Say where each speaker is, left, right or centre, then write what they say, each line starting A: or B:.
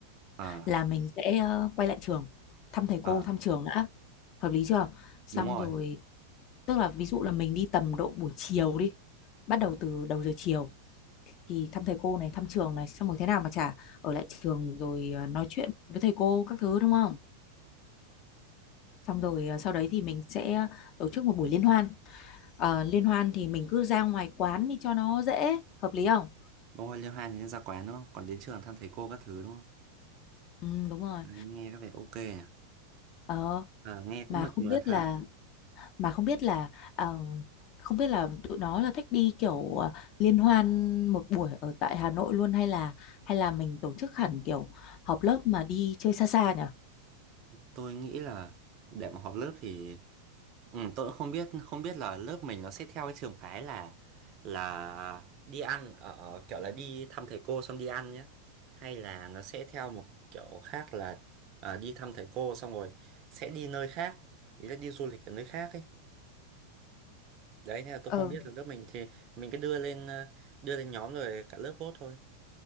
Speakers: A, on the right; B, on the left.
A: à,
B: là mình sẽ ờ, quay lại trường thăm thầy
A: à.
B: cô thăm trường đã hợp lý chưa xong
A: đúng rồi
B: rồi tức là ví dụ là mình đi tầm độ buổi chiều đi bắt đầu
A: Ừ.
B: từ đầu giờ chiều thì thăm thầy cô này thăm trường này xong rồi thế nào mà chả ở lại trường rồi ờ, nói chuyện với thầy cô các thứ đúng không xong rồi ờ, sau đấy
A: ừ.
B: thì mình sẽ tổ chức một buổi liên hoan Ờ, liên hoan thì mình cứ ra ngoài quán đi cho nó dễ hợp lý không
A: đúng rồi liêu hai thì nên ra quán đúng không còn đến trường thăm thầy cô các thứ đúng không
B: ừ, đúng rồi
A: đấy, nghe có vẻ ok nhỉ
B: ờ,
A: à, nghe
B: mà
A: cũng mượt
B: không
A: mượt
B: biết
A: ha
B: là mà không biết là ờ, không biết là tụi nó là thích đi kiểu ờ, liên hoan một buổi ở tại Hà Nội luôn hay là hay là mình tổ chức hẳn kiểu họp lớp mà đi chơi xa xa nhỉ
A: tôi nghĩ là để mà họp lớp thì Ừ, tôi cũng không biết không biết là lớp mình nó sẽ theo cái trường phái là là đi ăn ở ở kiểu là đi thăm thầy cô xong đi ăn nhé hay là nó sẽ theo một kiểu khác là à, đi thăm thầy cô xong rồi sẽ đi nơi khác ý là đi du lịch ở nơi khác ấy đấy nên là tôi
B: ừ.
A: không biết là lớp mình thì mình cứ đưa lên ờ, đưa lên nhóm rồi cả lớp vote thôi